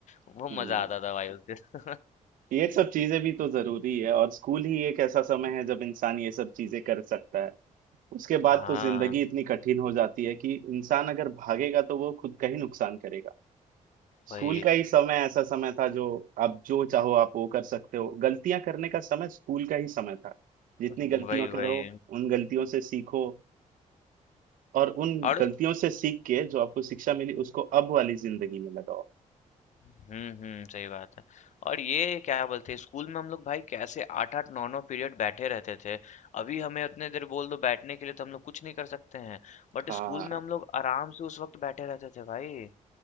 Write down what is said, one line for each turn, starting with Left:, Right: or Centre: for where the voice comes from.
Left: वो
Right: हम्म
Left: मजा आता था भाई उस दिन
Right: ये सब चीजें भी तो जरूरी है और स्कूल ही एक ऐसा समय है जब इंसान ये सब चीजें कर सकता है उसके बाद
Left: हाँ
Right: तो जिंदगी इतनी कठिन हो जाती है कि इंसान अगर भागेगा तो वो खुद का ही नुकसान करेगा स्कूल
Left: वही
Right: का ही समय ऐसा समय था जो आप जो चाहो आप वो कर सकते हो गलतियां करने का समय स्कूल का ही समय था जितनी
Left: वही
Right: गलतियां करो
Left: वही
Right: उन गलतियों से सीखो और उन
Left: और
Right: गलतियों से सीख के जो आपको शिक्षा मिली उसको अब वाली जिंदगी में लगाओ
Left: हुँ, हुँ, सही बात है। और ये क्या बोलते हैं स्कूल में हम लोग भाई कैसे 8-8 9-9 पीरियड बैठे रहते थे। अभी हमें उतने देर बोल दो बैठने के लिए तो हम लोग कुछ नहीं कर सकते हैं। बट
Right: हाँ
Left: स्कूल में हम लोग आराम से उस वक़्त बैठे रहते थे भाई।